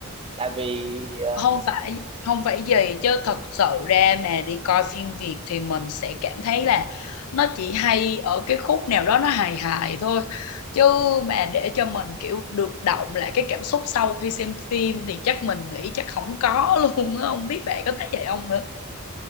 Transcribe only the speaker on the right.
tại vì ờ,